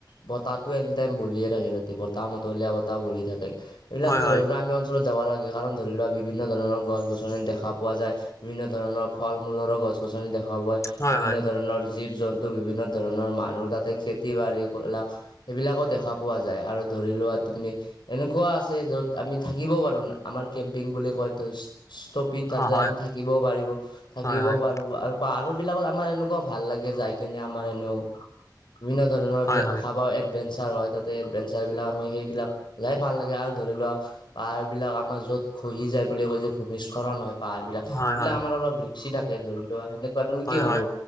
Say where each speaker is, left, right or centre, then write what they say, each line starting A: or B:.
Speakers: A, on the left; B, on the left.
A: বতাহটো এনি টাইম বলিয়ে থাকে তাতে বতাহ মতলীয়া বতাহ বলি থাকে এইবিলাক
B: হয়
A: আমি অঞ্চলত যাব লাগে কাৰণ ধৰি লোৱা বিভিন্ন ধৰণৰ গছ গছনি দেখা পোৱা যায়। বিভিন্ন ধৰণৰ ফল মূলৰো গছ গছনি দেখা পায়
B: হয়
A: বিভিন্ন
B: হয় হয়
A: ধৰণৰ জীৱ জন্তু বিভিন্ন ধৰণৰ মানুহ তাতে খেতি বাৰি বিলাক, সেইবিলাকো দেখা পোৱা যায় আৰু ধৰি লোৱা তুমি এনেকুৱা আছে য'ত আমি থাকিব পাৰো আমাৰ কেম্পিং বুলি কয়। স্থপিত তাতে
B: হয়
A: আমি থাকিবও পাৰিব থাকিব
B: হয় হয় হয়
A: পাৰো আৰু পাহাৰ বিলাকত আমাৰ এনেকুৱা ভাল লাগে যাই কিনে আমাৰ এনেও বিভিন্ন ধৰণৰ
B: হয় হয়
A: খাবা এডভেঞ্চ হয় তাতে এডভেঞ্চাৰ বিলাক আমি সেইবিলাক যাই ভাল লাগে আৰু ধৰি লোৱা পাহাৰ বিলাক আমাৰ য'ত খহি যায় বুলি কয় যে ভূমিস্খৰণ হয় পাহাৰবিলাক এইবিলাক
B: হয় হয় হয়
A: আমাৰ অলপ ৰিক্সি থাকে ধৰি লোৱা সেনেক তুমি কি ভাব
B: হয়